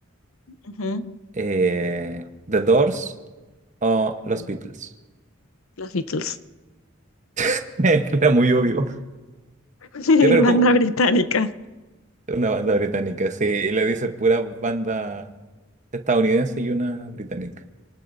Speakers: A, on the left; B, on the right.
A: Ujú,
B: eh, The Doors o
A: ujú.
B: los Beatles.
A: Los Beatles.
B: <laughs> Era muy obvio.
A: <laughs>
B: Ya, pero
A: Banda
B: ¿cómo?
A: británica.
B: Una banda británica, sí. Y le dice pura banda estadounidense y una británica.